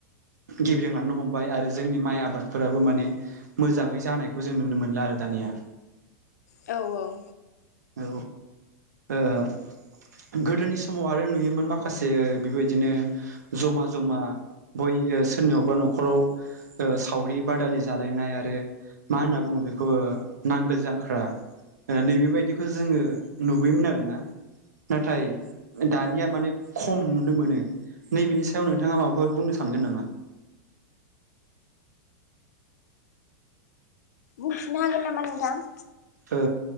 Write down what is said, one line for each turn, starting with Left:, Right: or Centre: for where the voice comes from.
Right: गेब्रेंलांनो हमबाय आरो जोंनि माइ आबादफोराबो माने मोजाङै जानायखौ जों नुनो मोनला आरो दानिया
Left: औ औ
Right: औ ओ गोदोनि समाव आरो नुयोमोन माखासे बेबायदिनो जमा जमा बय सोरनियावबा न'खराव ओ सावरि बादालि जालायनाय आरो मा होनना बुङो बेखौ ओ नांगोल जां ख्रा ओ नैबेबायदिखौ जोङो नुबोयोमोन आरो ना नाथाय दानिया माने खम नुनो मोनो नैबेनि सायाव नोंथाङा माबाफोर बुंनो सानगोन नामा?
Left: बुंफिननो हागोन नामा नोंथां?
Right: ओ